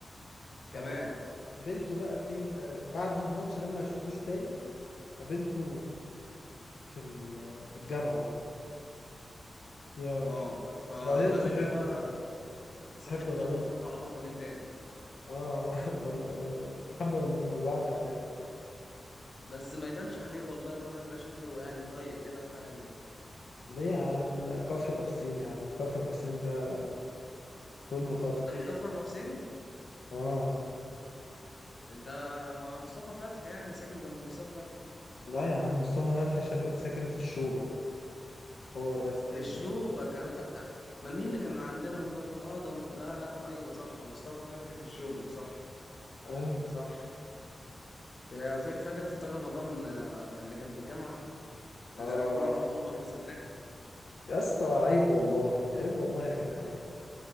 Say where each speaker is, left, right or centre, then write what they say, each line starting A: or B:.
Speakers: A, on the left; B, on the left.
A: فقابلته
B: كمان
A: بقى فين آه، بعد الماتش ده ما شفتوش تاني قابلته في ال... في الجامعة بقى يا
B: اه فاما
A: بعدين اتصاحبنا
B: قابلته بقى
A: بقى
B: اتصاحبته
A: صاحبنا بقى
B: واخدته على بعض من تاني
A: اه <laughs> محبة من بعد عداوة
B: بس ما يبانش عليه والله الولد ده شكله يعني طيب كده في حاله
A: ليه يا عم ده كفر ابو حسين يا عم كفر ابو حسين ده كله خطر
B: ده من كفر ابو حسين
A: اه
B: ده مع مصطفى فتحي يعني ساكن جنب مصطفى فتحي
A: لا يا عم مصطفى فتحي شاب ساكن في الشوبك هو الرئيس أيمن
B: في الشوبك انا ف... ما مين اللي كان عندنا من كف اه ده م... لا لا ايوه صح مصطفى فتحي في الشوبك صح
A: أيوه
B: صح يا فا- فاكر فطار رمضان آه، اللي كان في الجامعه اللي
A: آه
B: رحنا انا وعمر وسبناك
A: يا اسطى عيب والله عيب والله يا جدعان